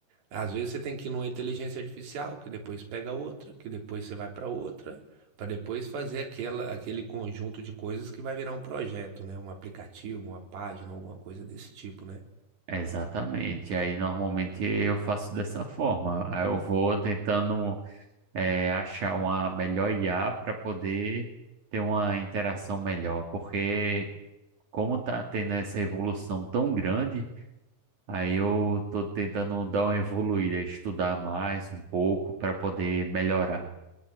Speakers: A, on the right; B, on the right.
A: Às vezes você tem que ir numa inteligência artificial, que depois pega outra, que depois você vai para outra, para depois fazer aquela, aquele conjunto de coisas que vai virar um projeto, né? Um aplicativo, uma página, alguma coisa desse tipo, né?
B: Exatamente. Aí normalmente eu faço dessa forma. Aí eu vou tentando eh, achar uma melhor IA para poder ter uma interação melhor, porque como tá tendo essa evolução tão grande, aí eu tô tentando dar uma evoluída, estudar mais um pouco para poder melhorar.